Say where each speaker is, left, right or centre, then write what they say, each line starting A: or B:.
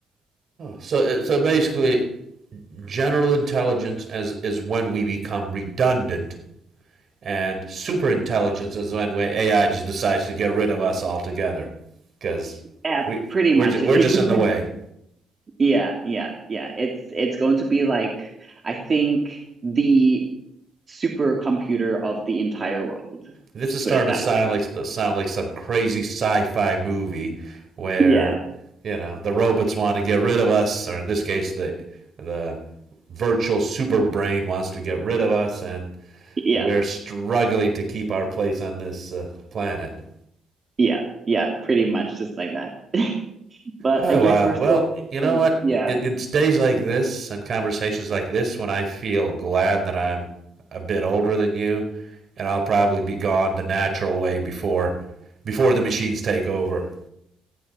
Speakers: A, on the right; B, on the right.
A: So uh, so basically, general intelligence as is when we become redundant, and super intelligence is when AI just decides to get rid of us altogether because
B: Yeah,
A: we
B: pretty
A: we're
B: much.
A: just we're
B: <laughs>
A: just in the way.
B: Yeah, yeah, yeah. It's it's going to be like I think the supercomputer of the entire world,
A: This is starting
B: put it that
A: to sound
B: way.
A: like uh, sound like some crazy sci-fi movie where
B: Yeah,
A: you know the robots want to get rid of us, or in this case, the the virtual super brain wants to get rid of us, and
B: yeah,
A: We're struggling to keep our place on this uh, planet.
B: yeah, yeah, pretty much just like that. But
A: Oh,
B: I guess
A: wow.
B: we're
A: Well,
B: still,
A: you know
B: uh,
A: what?
B: yeah,
A: It, it's days like this and conversations like this when I feel glad that I'm a bit older than you, and I'll probably be gone the natural way before before the machines take over.